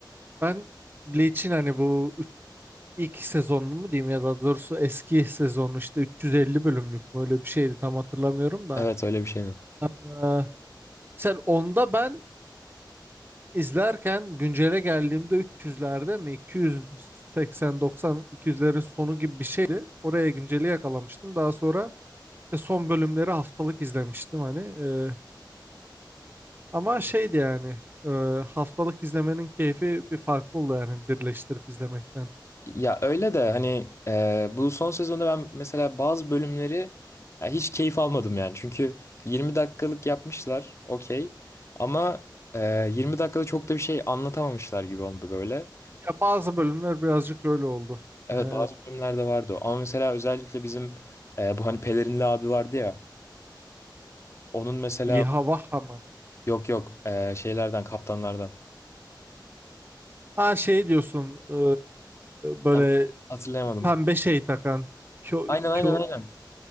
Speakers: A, on the right; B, on the left.
A: ben Bleach'in hani bu üç- ilk sezonunu mu diyeyim ya da doğrusu eski sezonu işte 350 bölümlük mü öyle bir şeydi tam hatırlamıyorum da.
B: Evet öyle bir şeydi.
A: Ee, sen onda ben İzlerken güncele geldiğimde 300'lerde mi 280 90 200'lerin sonu gibi bir şeydi. Oraya günceli yakalamıştım. Daha sonra işte son bölümleri haftalık izlemiştim hani. Ee, ama şeydi yani e, haftalık izlemenin keyfi bir farklı oldu yani birleştirip izlemekten.
B: Ya öyle de hani e, bu son sezonda ben mesela bazı bölümleri ya hiç keyif almadım yani. Çünkü 20 dakikalık yapmışlar okey ama e, 20 dakikada çok da bir şey anlatamamışlar gibi oldu böyle.
A: Ya bazı bölümler birazcık öyle oldu.
B: Evet
A: Evet.
B: bazı bölümlerde vardı o. Ama mesela özellikle bizim e, bu hani pelerinli abi vardı ya. Onun mesela
A: İHA VAHA mı?
B: yok yok e, şeylerden kaptanlardan.
A: Ha şey diyorsun e, böyle
B: Adını hatırlayamadım.
A: pembe şey takan. Kyo,
B: Aynen aynen
A: kyo,
B: aynen.